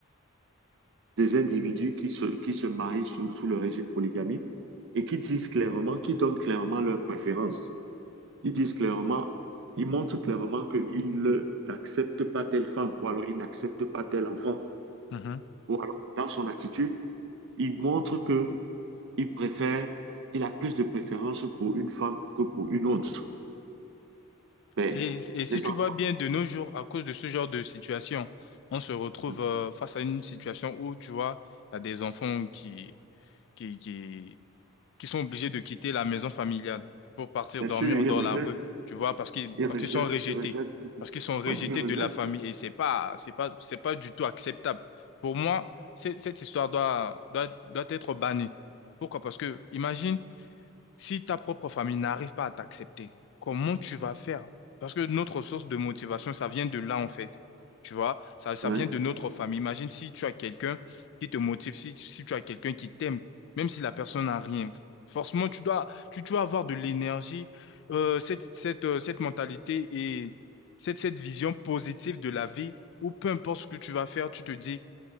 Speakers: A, on the right; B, on the left.
A: des individus qui se, qui se marient sous, sous le régime polygamique et qui disent clairement, qui donnent clairement leurs préférences. Ils disent clairement, ils montrent clairement qu'ils ne- n'acceptent pas telle femme, ou alors ils n'acceptent pas tel enfant,
B: mhm.
A: ou alors dans son attitude, ils montrent que il préfère, il a plus de préférence pour une femme que pour une autre. Mais
B: Et, et si
A: les
B: tu
A: enfants,
B: vois bien, de nos jours, à cause de ce genre de situation, on se retrouve
A: hmm,
B: euh, face à une situation où, tu vois, il y a des enfants qui, qui, qui, qui sont obligés de quitter la maison familiale pour partir
A: bien
B: dormir
A: sûr, ils
B: dans
A: rejettent,
B: la rue, tu vois, parce qu'ils,
A: ils rejettent,
B: parce qu'ils sont rejetés,
A: ils rejettent, ils rejettent.
B: parce qu'ils sont rejetés
A: Ouais, ils rejettent.
B: de la famille. Et c'est pas, c'est pas, c'est pas du tout acceptable. Pour moi, c'est- cette histoire doit, doit, doit être bannie. Pourquoi? Parce que, imagine, Si ta propre famille n'arrive pas à t'accepter, comment tu vas faire? Parce que notre source de motivation, ça vient de là, en fait. Tu vois, ça, ça
A: Ouais.
B: vient de notre famille. Imagine si tu as quelqu'un qui te motive, si, si tu as quelqu'un qui t'aime, même si la personne n'a rien. Forcément, tu dois, tu, tu dois avoir de l'énergie, euh, cette, cette, euh, cette mentalité et cette, cette vision positive de la vie, où peu importe ce que tu vas faire, tu te dis,